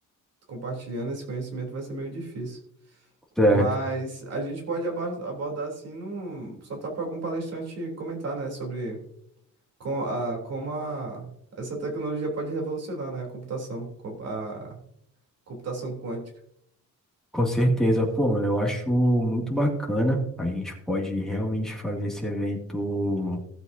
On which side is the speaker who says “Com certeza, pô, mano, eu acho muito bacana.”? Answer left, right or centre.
Centre